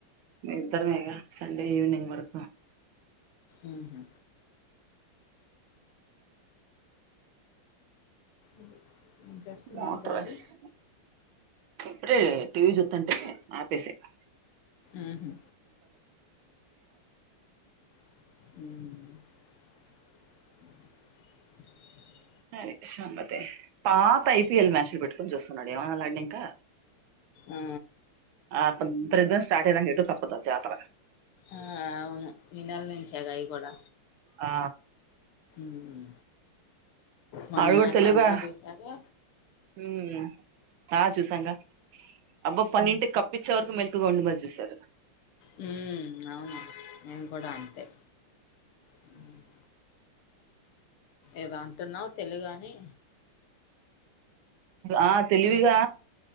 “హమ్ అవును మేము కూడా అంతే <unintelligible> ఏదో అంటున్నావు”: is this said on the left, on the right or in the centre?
Left